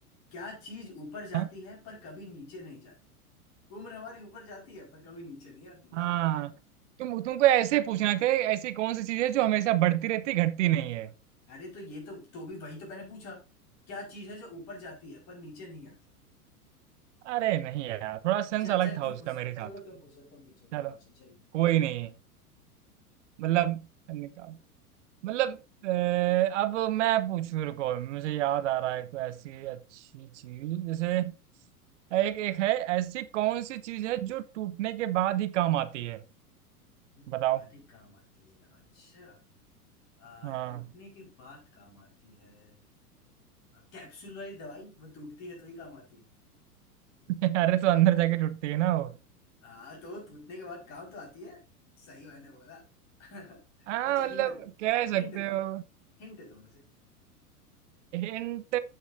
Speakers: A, on the left; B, on the right.
A: क्या चीज ऊपर जाती
B: हाँ?
A: है पर कभी नीचे नहीं जाती उम्र हमारी ऊपर जाती है पर कभी नीचे नहीं आती याद
B: हाँ
A: रख
B: तुम तुमको ऐसे ही पूछना थे ऐसी कौन सी चीज है जो हमेशा बढ़ती रहती घटती नहीं है
A: अरे तो ये तो तो भी वही तो मैंने पूछा क्या चीज है जो ऊपर जाती है पर नीचे नहीं आती
B: अरे नहीं यार थोड़ा सेंस
A: चल
B: अलग
A: चल
B: था
A: तू
B: उसका
A: पूछ
B: मेरे साथ
A: चलो तुम पूछो तुम पूछो
B: चलो
A: तुम पूछो चल
B: कोई नहीं मतलब निकाल मतलब अ, अब मैं पूछ रुको मुझे याद आ रहा है कोई ऐसी अच्छी चीज जैसे एक एक है ऐसी कौन सी चीज है जो टूटने के बाद ही काम आती है
A: मेरे
B: बताओ
A: बाद ही काम आती है अच्छा आ,
B: हाँ
A: टूटने के बाद काम आती है आ, कैप्सूल वाली दवाई वो टूटती है तो ही काम आती है
B: <laughs> अरे तो अंदर जाके टूटती है ना वो
A: हाँ तो टूटने के बाद काम तो आती है सही मैंने बोला <laughs>
B: हाँ
A: अच्छा
B: मतलब
A: हिंट दो
B: कह
A: हिंट
B: सकते
A: दो
B: हो
A: हिंट दो मुझे
B: हिंट